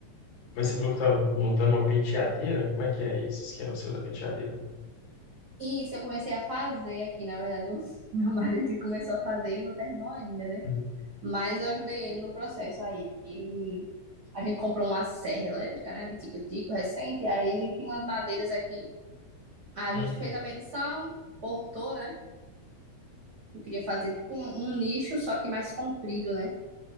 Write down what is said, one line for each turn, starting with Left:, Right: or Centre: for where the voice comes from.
Left: Mas você falou que tá montando uma penteadeira? Como é que é esse esquema seu da penteadeira?
Right: E Isso, eu comecei a fazer aqui, na verdade, o <laughs> meu marido que começou a fazer, ele não terminou ainda, né?
Left: Uhum,
Right: Mas eu ajudei ele no processo aí. Ele, a gente comprou uma serra elétrica, né, de tico-tico recente, aí a gente tinha umas madeiras aqui. Aí a
Left: uhum.
Right: gente fez a medição, cortou, né? Eu queria fazer tipo um, um nicho, só que mais comprido, né?